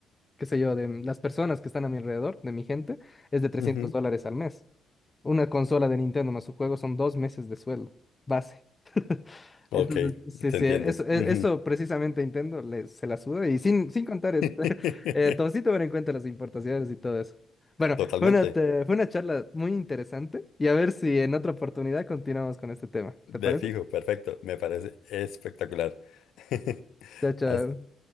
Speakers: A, on the left; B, on the left.
A: qué sé yo, de las personas que están a mi alrededor, de mi gente, es de trescientos
B: ujú.
A: dólares al mes. Una consola de Nintendo más su juego son dos meses de sueldo. Base.
B: Ok,
A: Entonces, sí,
B: te
A: sí,
B: entiendo.
A: eso, e-
B: Ujú.
A: eso precisamente Nintendo le- se la suda y sin, sin contar, eh,
B: <laughs>
A: <laughs> eh, todo sí tomar en cuenta las importaciones y todo eso. Bueno,
B: Totalmente.
A: fue una, te- fue una charla muy interesante y a ver si en otra oportunidad continuamos con este tema.
B: De
A: ¿Te parece?
B: fijo, perfecto. Me parece espectacular. <laughs>
A: Chao, chao.
B: Haz-